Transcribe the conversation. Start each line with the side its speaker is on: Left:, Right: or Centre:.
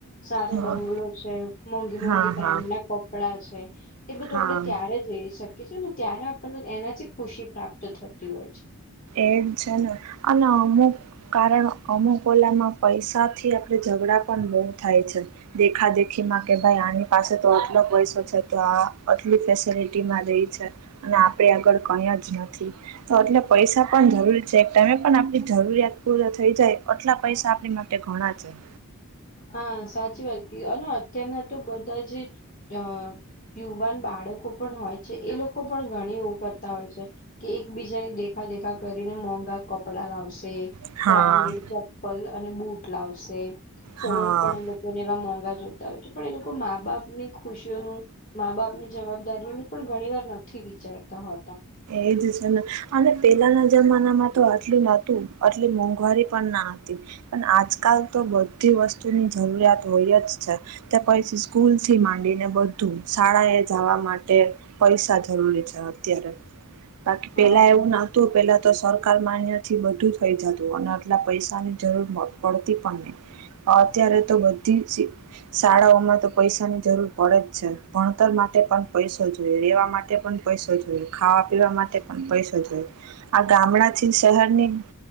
Left: સારો
Right: હા
Left: બંગલો છે મોંઘી મોંઘી
Right: હા
Left: બ્રાન્ડ
Right: હા
Left: ના કપડા છે એ બધું
Right: હા
Left: આપડે ત્યારે જ જઈ શકી છી ને ત્યારે આપણને એનાથી ખુશી પ્રાપ્ત થતી હોય છે.
Right: એડ છે ને અને અમુક કારણ અમુક ઓલામાં પૈસા થી આપણે ઝઘડા પણ બહુ થાય છે. દેખા દેખીમાં કે ભાઈ આની પાસે તો આટલો પૈસો છે તો આ આટલી ફેસિલિટીમાં રે છે. અને આપડે આગળ કઈ જ નથી તો એટલે પૈસા પણ જરૂરી છે એક ટાઈમે પણ આપણી જરૂરિયાત પૂરા થઈ જાય આટલા પૈસા આપણી માટે ઘણા છે.
Left: હા સાચી વાત ક અને અત્યારના તો બધા જ અ યુવાન બાળકો પણ હોય છે એ લોકો પણ ઘણી કરતા હોય છે કે એકબીજાની દેખા દેખા કરીને મોંઘા કપડા લાવશે
Right: હા
Left: બ્રાન્ડેડ ચપ્પલ અને બુટ લાવશે ફોન
Right: હા
Left: પણ એ લોકો લોકોને એવા મોંઘા જોતા હોય છે પણ એ લોકો મા બાપ ની ખુશીઓનુ મા બાપની જવાબદારીઓું પણ ઘણી વાર નથી વિચારતા હોતા.
Right: એજ છે. અને પેલાના જમાનામાં તો આટલી નતું આટલી મોંઘવારી પણ ના હતી. પણ આજકાલ તો બધી વસ્તુની જરૂરિયાત હોય જ છે. ત પછ સ્કૂલ થી માંડીને બ તું શાળાએ જવા માટે પૈસા જરૂરી છે, અત્યારે બાકી
Left: હા
Right: પેલા એવું ના તો પહેલાં તો સરકાર માન્યથી બધું થઈ જતું અને એટલા પૈસાની જરૂર પડતી પણ નહી. અત્યારે તો બધી જ શાળાઓમાં તો પૈસા ની જરૂર પડે જ છે, ભણતર માટે પણ પૈસો જોઈએ રેવા માટે પણ પૈસો જોય ખાવા પીવા માટે પણ પૈસો જોય આ ગામડા થી શહેરની